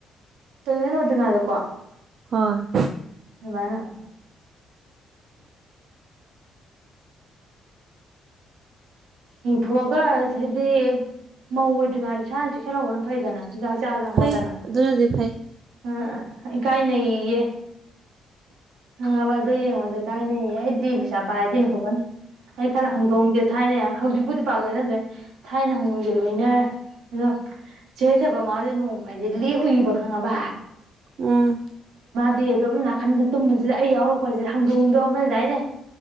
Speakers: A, on the right; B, on the right.
A: ꯇꯗꯅ ꯑꯣꯏꯔꯉ ꯑꯗꯀꯣ
B: ꯍꯣꯏ
A: ꯃꯥꯅ ꯌꯦꯡꯊꯣꯛꯑꯒ ꯍꯥꯏꯗꯤ ꯃꯧ ꯑꯣꯏꯗ꯭ꯔꯤꯉꯥꯗꯤ ꯏꯁꯥꯅ ꯆꯦꯛꯁꯤꯜꯍꯧꯕꯅ ꯐꯩꯗꯅ ꯁꯤꯗ ꯆꯥꯗꯪ
B: ꯐꯩ
A: ꯈꯣꯠꯇꯅ
B: ꯑꯗꯨꯅꯗꯤ ꯐꯩ
A: ꯑ ꯏꯀꯥꯏꯅꯩꯌꯦ ꯍꯪꯉꯕ ꯑꯗꯨ ꯌꯦꯡꯉꯣꯗ ꯏꯀꯥꯏꯅꯩꯌꯦ ꯑꯩꯗꯤ ꯄꯩꯁꯥ ꯄꯥꯏꯔꯗꯤ ꯌꯦꯡꯊꯣꯛꯀꯅꯤ ꯑꯩ ꯈꯔ ꯍꯥꯡꯗꯣꯡꯁꯦ ꯊꯥꯏꯅ ꯍꯧꯖꯤꯛꯄꯨꯗꯤ ꯄꯥꯛ ꯂꯣꯏꯅꯗ꯭ꯔꯦ ꯊꯥꯏꯅ ꯍꯥꯡꯗꯣꯡꯁꯦ ꯂꯣꯏꯅꯔꯦ ꯑꯗꯣ ꯆꯦꯊꯕ ꯃꯥꯣꯏꯗ ꯅꯣꯡꯃ ꯑꯩꯗꯤꯦ ꯂꯦꯛ ꯎꯏꯕ ꯈꯪꯉꯕ
B: ꯎꯝ
A: ꯑꯗꯨꯣꯝ ꯅꯥꯀꯟꯗ ꯇꯨꯝ ꯁꯤꯗ ꯑꯩ ꯌꯥꯎꯔꯛꯄꯁꯤ ꯍꯧꯪꯗꯣꯡꯗꯣ ꯅꯣꯏꯗꯥꯏꯅꯦ